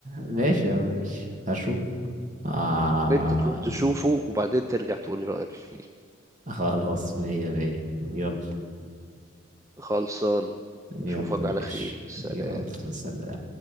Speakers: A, on the right; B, on the right.
A: ماشي يا عم ماشي هشوف آه
B: انت تروح تشوفه وبعدين ترجع تقولي رأيك فيه
A: خلاص مية مية يلا
B: خلصان
A: يلا
B: اشوفك
A: ماشي
B: على خير سلام
A: يلا سلام